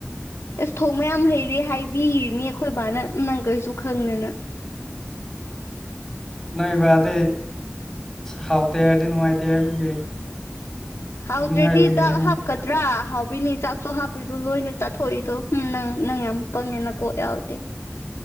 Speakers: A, on the left; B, in the centre.
A: ꯑꯁ ꯊꯣꯡ ꯃꯌꯥꯝ ꯍꯩꯔꯦ ꯍꯥꯏꯕꯤꯔꯤꯅꯤ ꯑꯩꯈꯣꯏ ꯕꯥꯅ ꯅꯪ ꯀꯩꯁꯨ ꯈꯪꯗꯦꯅ
B: ꯅꯕꯗ ꯍꯥꯎ ꯇ ꯍꯥꯏ ꯅꯨꯅꯨꯡꯉꯥꯏꯇ ꯍꯥꯏꯕꯒꯤ
A: ꯍꯥꯎꯗ꯭ꯔꯗꯤ
B: ꯑꯗꯨꯝ ꯍꯥꯏꯕꯒꯤꯅꯦ
A: ꯆꯥꯛ ꯍꯥꯞꯀꯗ꯭ꯔꯥ ꯍꯥꯎꯕꯤꯅꯤ ꯆꯥꯛꯁꯨ ꯍꯥꯞꯄꯗꯣ ꯂꯣꯏꯅ ꯆꯥꯊꯣꯛꯏꯗꯣ ꯅꯪ ꯅꯪ ꯌꯥꯝ ꯄꯪꯉꯦꯅ ꯀꯣꯛ ꯌꯥꯎꯗꯤ